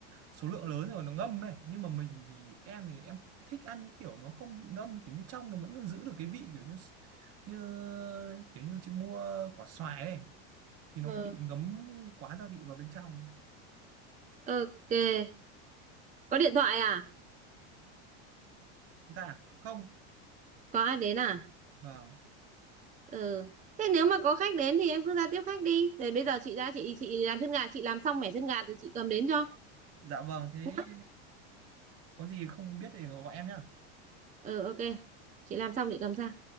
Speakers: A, on the right; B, on the right.
A: số lượng lớn rồi nó ngâm ấy nhưng mà mình thì em thì em thích ăn những kiểu nó không bị ngâm kiểu như trong nó vẫn giữ được cái vị kiểu như như kiểu như chị mua quả xoài ấy thì nó
B: Ừ.
A: không bị ngấm quá gia vị vào bên trong
B: Ok. Có điện thoại à?
A: dạ không
B: Có ai đến à?
A: vâng
B: Ừ. Thế nếu mà có khách đến thì em cứ ra tiếp khách đi. Rồi bây giờ chị ra chị chị làm chân gà, chị làm xong mẻ chân gà rồi chị cầm đến cho
A: dạ vâng thế
B: nhá.
A: có gì không biết thì gọi em nhá
B: Ừ ok. Chị làm xong chị cầm ra.